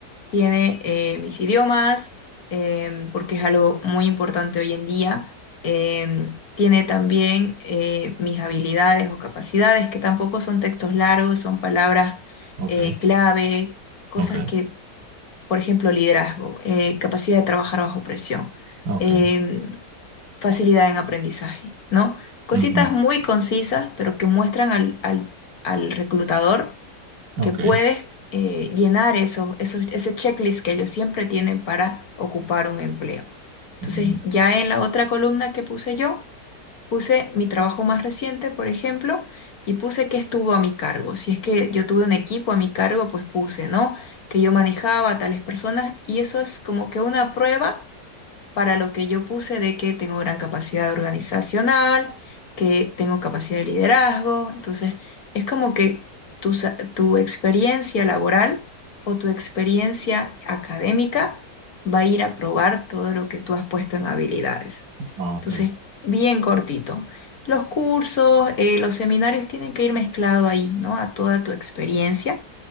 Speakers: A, on the left (about 60°); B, on the right (about 70°).
A: tiene eh, mis idiomas, em, porque es algo muy importante hoy en día. Em, tiene también eh, mis habilidades o capacidades, que tampoco son textos largos, son palabras
B: Ok.
A: eh, clave, cosas
B: Ok.
A: que, por ejemplo, liderazgo, eh, capacidad de trabajar bajo presión,
B: Ok.
A: em, facilidad en aprendizaje, ¿no? Cositas
B: ujú,
A: muy concisas, pero que muestran al, al al reclutador que
B: Ok.
A: puedes eh, llenar esos, esos, ese checklist que ellos siempre tienen para ocupar un empleo. Entonces,
B: ujú,
A: ya en la otra columna que puse yo, puse mi trabajo más reciente, por ejemplo, y puse qué estuvo a mi cargo. Si es que yo tuve un equipo a mi cargo, pues puse, ¿no? Que yo manejaba a tales personas y eso es como que una prueba para lo que yo puse de que tengo gran capacidad organizacional, que tengo capacidad de liderazgo. Entonces, es como que tu, sa- tu experiencia laboral o tu experiencia académica va a ir a probar todo lo que tú has puesto en habilidades.
B: Ah,
A: Entonces,
B: Ok.
A: bien cortito. Los cursos, eh, los seminarios tienen que ir mezclado ahí, ¿no? A toda tu experiencia